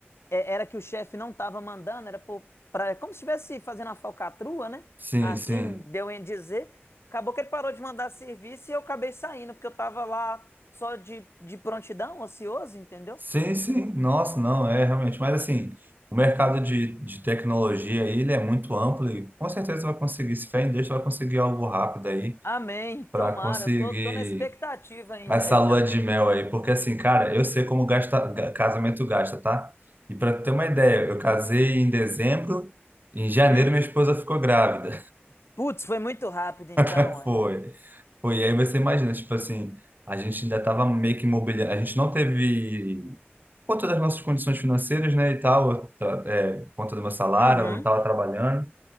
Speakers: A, on the left; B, on the right.
A: é- era que o chefe não estava mandando, era por, pra, é como se estivesse fazendo uma falcatrua, né?
B: Sim,
A: Assim
B: sim.
A: deu em dizer. Acabou que ele parou de mandar serviço e eu acabei saindo, porque eu tava lá só de, de prontidão, ocioso, entendeu?
B: Sim, sim. Nossa, não, é realmente. Mas assim, o mercado de, de tecnologia aí, ele é muito amplo e com certeza vai conseguir, se fé em Deus, vai conseguir algo rápido aí
A: Amém, tomara,
B: para conseguir
A: tô, tô na expectativa aí,
B: essa
A: aí
B: lua
A: também.
B: de mel aí. Porque assim, cara, eu sei como gasta, ga- casamento gasta, tá? E para ter uma ideia, eu casei em dezembro, em janeiro
A: Hum.
B: minha esposa ficou grávida.
A: Putz, foi muito rápido então,
B: <laughs>
A: ué.
B: Foi. Foi, e aí você imagina, tipo assim, a gente ainda tava meio que imobiliário, a gente não teve por conta das nossas condições financeiras, né, e tal, eu ta- é, por conta do meu salário,
A: Uhum,
B: eu não estava trabalhando,